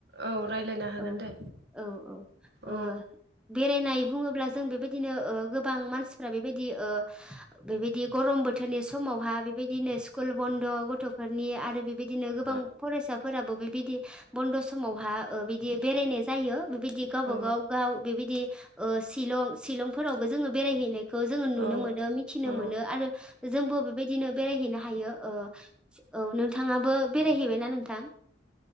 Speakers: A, on the right (about 60°); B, in the centre.
A: औ रायलायनो हागोन
B: थां
A: दे
B: औ औ औ
A: औ
B: ओ बेरायनाय बुंङोब्ला जों बेबायदिनो ओ गोबां मानसिफ्रा बेबायदि ओ बेबायदि गरम बोथोरनि समावहा बेबायदिनो स्कुल बन्द' गथ'फोरनि आरो बेबायदिनो
A: औ
B: गोबां फरायसाफोराबो बे बिदि बन्द' समावहा ओ बिदि बेरायनाय जायो बेबायदि गावबागाव
A: औ
B: गाव बेबायदि ओ शिलं शिलंफोरावबो जोंङो बेरायहैनायखौ जोंङो नुनो
A: औ
B: मोनो मिथिनो
A: औ
B: मोनो आरो जोंबो बेबायदिनो बेरायहैनो हायोओ औ नोंथांङाबो बेरायहैबायना नोंथां?